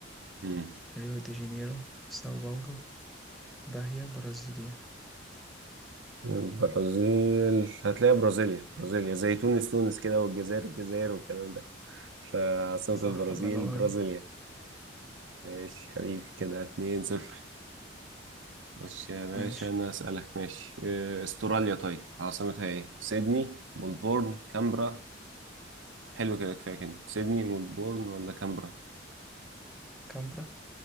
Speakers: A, on the right; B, in the centre.
A: امم
B: ريو دي جانيرو ساو باولو باهيا برازيليا
A: البرازيل هتلاقي برازيليا برازيليا زي تونس تونس كده والجزائر الجزائر والكلام ده فعاصمة
B: صح
A: البرازيل
B: الله ينور
A: برازيليا
B: عليك
A: ماشي حبيبي كده اتنين صفر خش يا باشا
B: ماشي
A: انا اسألك ماشي آه، استراليا طيب عاصمتها ايه سيدني ملبورن كامبرا حلو كده كفاية كده سيدني ملبورن ولا كامبرا
B: كامبرا